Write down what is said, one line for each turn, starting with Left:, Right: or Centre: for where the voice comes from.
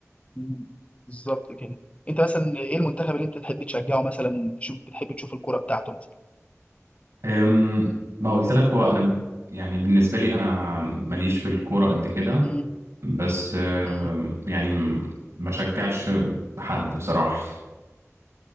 Left: مم. بالظبط كده انت مثلا ايه المنتخب اللي انت تحب تشجعه مثلا تشوف بتحب تشوف الكوره بتاعته مثلا
Right: أم، ما قلت لك هو انا ب- يعني بالنسبة لي انا ماليش في الكورة قد كده
Left: مم.
Right: بس آه،
Left: مم.
Right: يعني م- ما شجعش حد بصراحة